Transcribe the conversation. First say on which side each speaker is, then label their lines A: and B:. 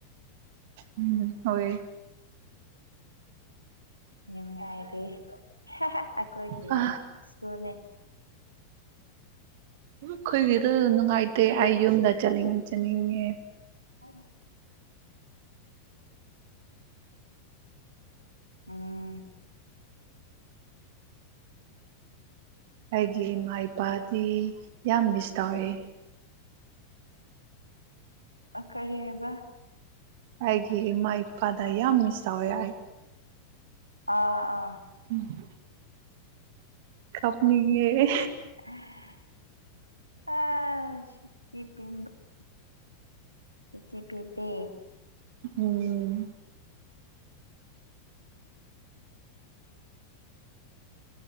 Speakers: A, on the right; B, on the right.
A: ꯎꯝ ꯍꯣꯏ
B: ꯅꯨꯡꯉꯥꯏꯔꯤ ꯑꯩꯈꯣꯏ
A: ꯑ
B: ꯁ꯭ꯀꯨꯜꯅꯦ
A: ꯑꯩꯈꯣꯏꯒꯤꯗ ꯅꯨꯡꯉꯥꯏꯇꯦ ꯑꯩ ꯌꯨꯝꯗ ꯆꯠꯅꯤꯡꯉ ꯆꯠꯅꯤꯡꯉꯦ
B: ꯍꯅꯦ ꯎꯝ
A: ꯑꯩꯒꯤ ꯏꯃꯥ ꯏꯄꯥꯗꯤ ꯌꯥꯝ ꯃꯤꯁ ꯇꯧꯋꯦ
B: ꯀꯔꯤ ꯍꯥꯏꯕ
A: ꯑꯩꯒꯤ ꯏꯃꯥ ꯏꯄꯥꯗ ꯌꯥꯝ ꯃꯤꯁ ꯇꯧꯋꯦ ꯑꯩ
B: ꯑꯥ ꯑꯥ
A: ꯎꯝ ꯀꯞꯅꯤꯡꯉꯦ
B: <unintelligible> ꯆ ꯆꯤ ꯄꯤꯗꯤ
A: ꯎꯝ